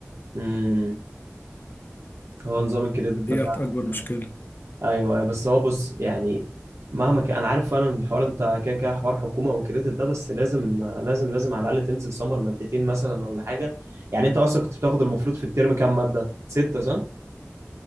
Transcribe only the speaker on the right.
امم هو نظام الكريدت ده
فعلا
ايوه أيوة. بس هو بص يعني مهما كان انا عارف فعلا الحوار انت كده كده حوار حكومه وكريدت ده بس لازم لازم لازم على الاقل تنزل سمر مادتين مثلا ولا حاجه يعني انت اصلا كنت بتاخد المفروض في الترم كام ماده سته صح